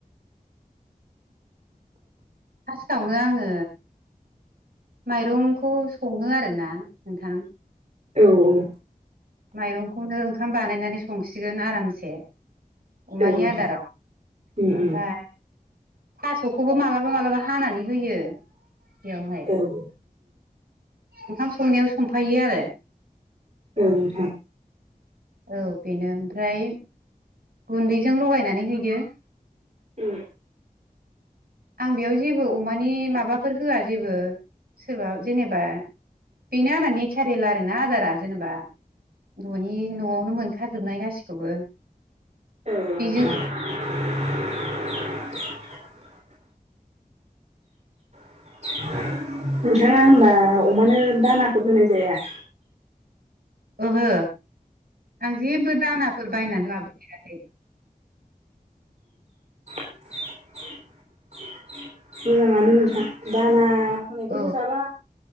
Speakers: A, on the right (about 80°); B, on the right (about 45°).
A: फार्स्टावनो आंङो माइरंखौ संङो आरोना नोंथां।
B: औ औ।
A: माइरंखौनो ओंखाम बानायनानै संसिगोन आरामसे। अमानि
B: औ नोंथां
A: आदाराव
B: उम
A: ओमफ्राय
B: उम
A: थास'खौबो मालाबा मालाबा हानानै होयो। बेयावहाय
B: औऔ
A: ओंखाम संनायाव संफायो आरो।
B: औ नोंथां।
A: औ बेनो ओमफ्राय गुन्दैजों लगायनानै हैदो।
B: उ।
A: आं बेयाव जेबो अमानि माबाफोर होआ जेबो। सोरबा जेनेबा बेनो आंना नेचारेल आरोना आदारा जेनेबा न'नि न'आवनो मोनखाजोबनाय गासिखौबो।
B: औ नोंथां
A: बिजों
B: <inaudible> <inaudible> नोंथाङा होमबा अमानो दानाफोर होनाय जाया?
A: ओहो आं जेबो दानाफोर बायनानै लाबोफेराखै।
B: <unintelligible> मोजाङानो नोंथां दाना <unintelligible> होनायफोरखौ
A: औ
B: जाबा